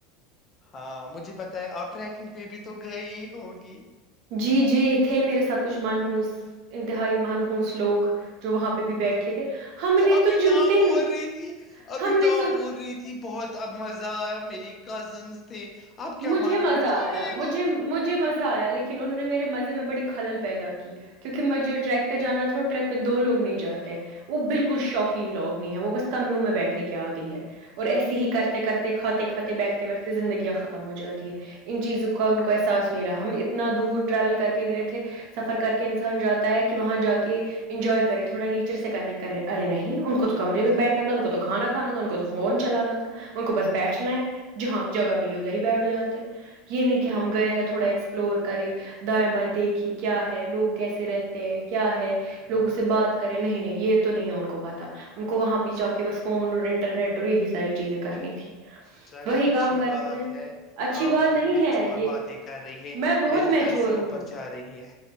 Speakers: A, on the left; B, on the right.
A: ہاں مجھے بتایا آپ ٹریکنگ پہ بھی تو گئی ہی ہوگی
B: جی، جی، تھے میرے ساتھ کچھ منحوس انتہائی مانہوس لوگ جو وہاں پہ بھی بیٹھے تھے ہم نے
A: ابھی
B: تو جویتے
A: آپ بول
B: ن
A: رہی تھی ابھی
B: ہم نے
A: آپ
B: تو
A: بول رہی تھی بہت اب مزہ آیا میری کزنس تھے اب کیا
B: مجھے
A: منحوس
B: مزہ
A: ہو
B: آیا
A: گئے
B: مجھے
A: وہ
B: مجھے مز آیا لیکن انہوں نے میرے مزے میں بڑ خل پیدا کیونکہ مجھے ٹریک پہ جانا تھا ٹریک پہ دو لوگ نہیں جے وہ بالکل شوقین لوگ نہیں ہے وہ بس کمروں میں بیٹھنے کے عادی ہے اور ایسے ہی کرتے کرتے کھاتے کھاتے بیٹھتے بیٹھتے زندگیاں خم ہو جاتی ہے ان چیزوں کا ان کو احساس نہیں رہا ہم اتنا دور ٹریول کر کے گئے تھے سفر کر کے انسان جاتا ہے کہ وہاں جا کے انجوائے کرے تھوڑا نیچر سے کنٹ کرے ارے نہیں ان کو تو کمرے میں بیٹھنا تھا ان کو تو کھانا کھانا تھا ان کو تو فون چلانا تھا ان کو بس بیٹھنا ہے جہاں جگہ م دری ب بیڈ جاتے یہ نہیں کہ ہم گئے ہیں تھوڑا ایکسپ سپلور کرے دائیں بائیں دیکھیں کیا ہے لوگ کیسے رہتے ہیں کیا ہے
A: ہوں
B: لوگ اس سے بات کریں نہیں نہیں یہ تو نہیں ان کو پتا ان کو وہاں بھی جا کے بس فون اور انٹرنیٹ اور یہی ساری چیزیں کرنی تھی
A: چلے
B: وہی
A: اچھی
B: کام کرنے
A: بات
B: تھے
A: ہے
B: اچھی
A: آپ
B: بات
A: بہت
B: نہیں
A: مچور
B: ہے یہ
A: باتیں کر رہی ہے
B: میں بہت
A: میرے
B: میچور
A: سر سے اوپر
B: ہوں
A: جا رہی ہے